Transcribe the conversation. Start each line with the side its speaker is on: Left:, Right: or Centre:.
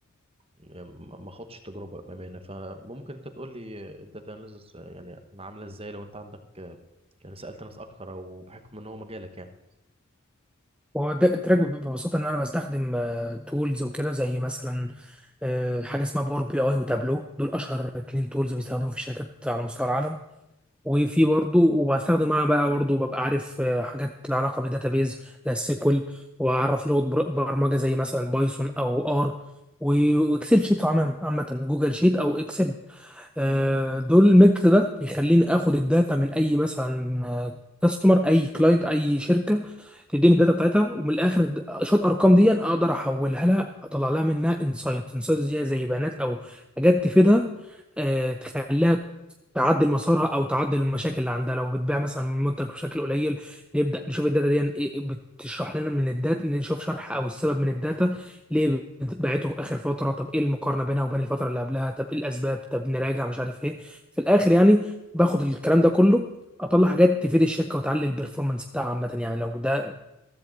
Right: يعني ما ما خدتش تجربه بامانه فممكن انت تقول لي الداتا اناليسز يعني عامله ازاي لو انت عندك يعني سالت ناس اكتر او بحكم ان هو مجالك يعني
Centre: هو ده- التراك بيبقى ببساطة إن أنا بستخدم تولز وكده زي مثلا آه، حاجة اسمها باور بي أي وتابلو دول أشهر اتنين تولز بيستخدموا في الشركات على مستوى العالم وفي برضه وبستخدم معاها بقى برضه ببقى عارف آه، حاجات لها علاقة بالداتابيز زي السيكول وأعرف لغة بر- برمجة زي مثلا بايثون أو آر وإكسل شيت عمام- عامة جوجل شيت أو إكسل آه، دول الميكس ده يخليني اخد الداتا من اي مثلا كاستمر اي كلاينت اي شركه تديني الداتا بتاعتها ومن الاخر شويه ارقام دي اقدر احولها لها اطلع لها منها انسايت انسايت زي زي بيانات او حاجات تفيدها آه، تخليها تعدل مسارها او تعدل المشاكل اللي عندها لو بتبيع مثلا منتج بشكل قليل نبدا نشوف الداتا دي إيه بتشرح لنا من الداتا نشوف شرح او السبب من الداتا ليه بعته اخر فتره طب ايه المقارنه بينها وبين الفتره اللي قبلها طب ايه الاسباب طب نراجع مش عارف ايه في الاخر يعني باخد الكلام ده كله اطلع حاجات تفيد الشركه وتعلي البرفورمانس بتاعها عامه يعني لو ده